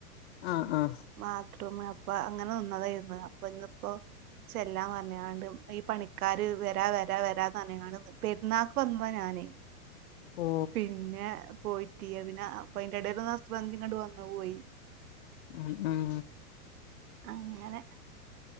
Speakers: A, on the left; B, on the right.
A: ആഹ് ആഹ്
B: മാത്രൂം അപ്പൊ അങ്ങനെ നിന്നതായിരുന്നു അപ്പൊ ഇന്നിപ്പോ ചെല്ലാം പറഞ്ഞാണ്ട് ഈ പണിക്കാര് വരാ വരാ വരാന്നർഞ്ഞികാണ്ട് നി പെര്ന്നാ പ്പോന്ന ഞാനേ
A: ഓ
B: പിന്നെ പോയി പറ്റിയ പിന്നെ അപ്പ അന്റെ ഇടൽ ഒന്ന് ഹസ്ബന്റ് ഇങ്ങട് വന്നു പോയി
A: ഉം ഉം
B: അങ്ങനെ